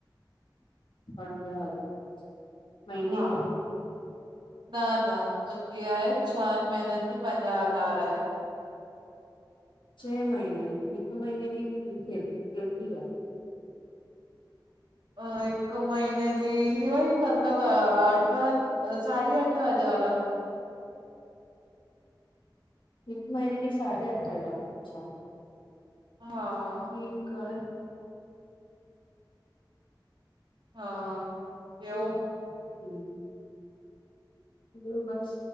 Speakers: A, on the left; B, on the right.
A: पंजाह हज़ार। महीने
B: हा
A: जा?
B: न न मुंहिंजी आहे छन महिनंजो। पंजाह हज़ार।
A: छेह महीनन जी हिकु महीने फी केतरी आ?
B: अ हिकु महीने जी वई मतलब अठ। अ साढे अठ हज़ार।
A: हिकु महीने जी साढे अठ हज़ार अच्छा।
B: हा।
A: ठीकु आहे।
B: हा। ॿियो
A: हं हं। ॿियो बस